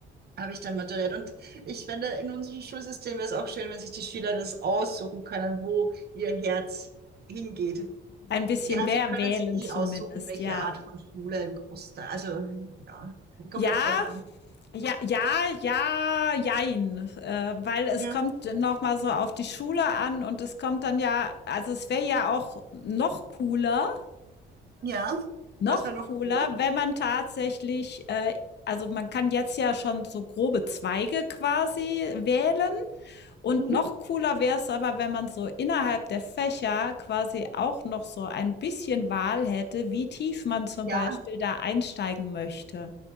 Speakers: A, on the right; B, on the left.
A: habe ich dann maturiert. Und ich finde, in unserem Schulsystem wäre es auch schön, wenn sich die Schüler das aussuchen können, wo ihr Herz hingeht.
B: ein bisschen
A: Ja,
B: mehr
A: sie können
B: wählen
A: es eh
B: zumindest,
A: aussuchen, welche
B: ja.
A: Art von Schule im Großteil. Also, ja, kommt
B: Ja,
A: auch drauf an.
B: Ja, ja, ja, jein, äh, weil es
A: Ja.
B: kommt noch mal so auf die Schule an und es kommt dann ja, also es wäre ja auch noch cooler,
A: Ja,
B: noch
A: was wäre
B: cooler,
A: noch gut?
B: wenn man tatsächlich, äh, also man kann jetzt ja schon so grobe Zweige quasi wählen und
A: Mhm.
B: noch cooler wäre es aber, wenn man so innerhalb der Fächer quasi auch noch so ein bisschen Wahl hätte, wie tief man zum
A: Ja.
B: Beispiel da einsteigen möchte.